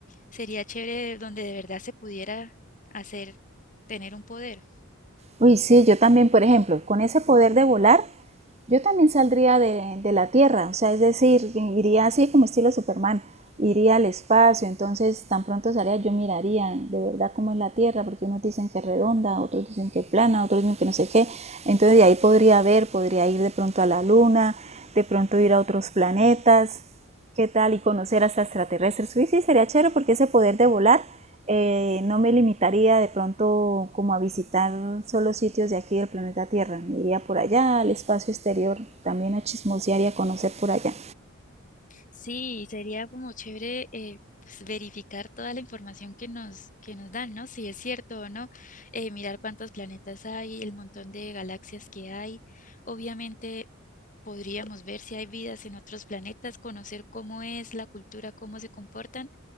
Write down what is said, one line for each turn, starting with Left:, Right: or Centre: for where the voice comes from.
Left: Sería chévere donde de verdad se pudiera hacer, tener un poder.
Right: Uy, sí, yo también, por ejemplo, con ese poder de volar, yo también saldría de, de la Tierra, o sea, es decir, iría así como estilo Superman, iría al espacio, entonces tan pronto salía yo miraría de verdad cómo es la Tierra, porque unos dicen que es redonda, otros dicen que es plana, otros dicen que no sé qué, entonces de ahí podría ver, podría ir de pronto a la Luna, de pronto ir a otros planetas, qué tal y conocer hasta extraterrestres. Sí, sí, sería chévere porque ese poder de volar eh, no me limitaría de pronto como a visitar solo sitios de aquí del planeta Tierra. Me iría por allá, al espacio exterior, también a chismosear y a conocer por allá.
Left: Sí, sería como chévere eh, pues, verificar toda la información que nos, que nos dan, ¿no? Si es cierto o no, eh, mirar cuántos planetas hay, el montón de galaxias que hay. Obviamente podríamos ver si hay vidas en otros planetas, conocer cómo es la cultura, cómo se comportan.